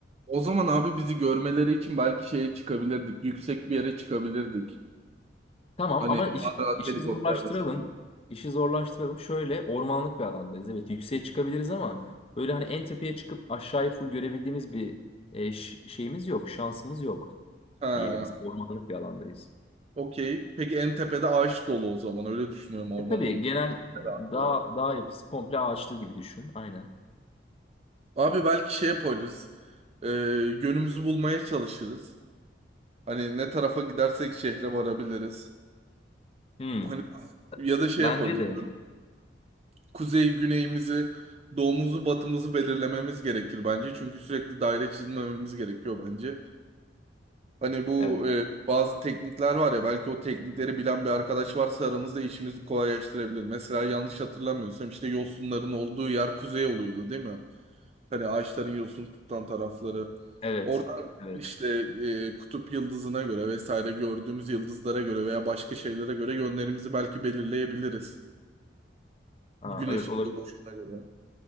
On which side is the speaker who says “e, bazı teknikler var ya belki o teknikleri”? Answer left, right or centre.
Right